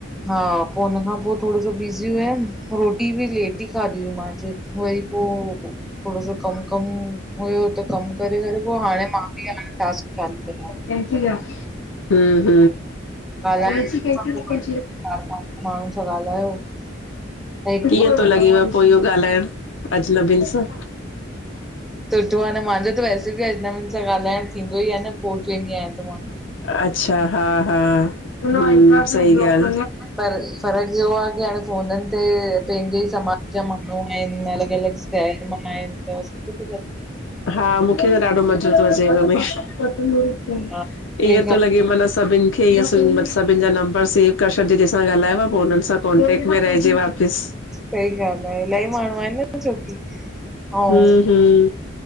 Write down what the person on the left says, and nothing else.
हम्म-
हम्म
कीअं
थो लॻेव पो इहो ॻाल्हाइण अजनबियुन सां?
अच्छा हा हा सही ॻाल।
हा मूंखे त ॾाढो मज़ो थो अचे हिनमे,
ईअं थो लॻे मन सभिन खे ईअं, सभिनिन जा नंबर सेव करे छॾजे जंहिंसा ॻाल्हायो। पो हुनननि सां कॉन्टेक्ट में रहिजे वापिस।
हूं हूं